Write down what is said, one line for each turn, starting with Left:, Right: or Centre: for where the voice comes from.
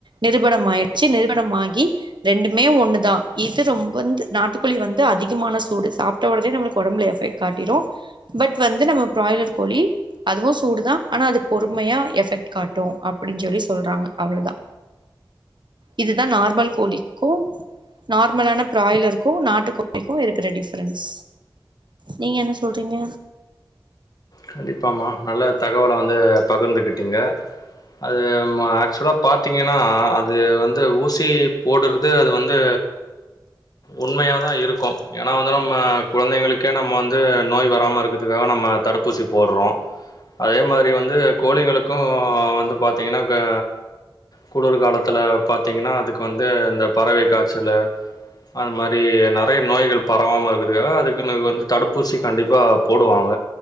Right: நிருபண ஆயிடுச்சு நிருபண ஆயி ரெண்டுமே ஒண்ணுதா இது ரொம்ப வந்து நாட்டுக்குழி வந்து அதிகமான சூடு சாப்ட்ட ஒட நமக்கு ஒடம்பில எஃபெக்ட் காட்டிரு பட் வந்து நம்ம பிராய்லர் கோழி அதுவு சூடுதா ஆனா அது பொறுமையா எஃபெக்ட் காட்டு அப்டின் சொல்லி சொல்றாங்க அவ்ளோதா இதுதா நார்மல் கோழிக்கு நார்மலான பிராய்லர்க்கு நாட்டுக்கோழிக்கு இருக்குற டி ப்பரன்ஸ் நீங்க என்ன சொல்றீங்க
Left: கண்டிப்பாமா நல்ல தகவல வந் து பகிர்ந்துக்கிட்டிங்க அது ஆக்சுவலா பாத்தீங்கன்னா அது வந்து ஊசி போடுறது அது வந்து உண்மையாதா இருக்கு ஏன்னா வந்து நம்ம குழந்தைங்களுக்கே நம்ம வந்து நோய் வராம இருக்கிறதுக்காக நம்ம தடுப்பூசி போடுறோ அதே மாரி வந்து கோழிங்களுக்கு வந்து பாத்தீங்கன்னா கா குளுர் காலத்தில பாத்தீங்கன்னா அதுக்கு வந்து இந்த பறவை காய்ச்சலு அந்த மாரி நெறைய நோய்கள் பரவாமல் இருக்கிறதுக்காக அதுக்குனு வந்து தடுப்பூசி கண்டிப்பா போடுவாங்க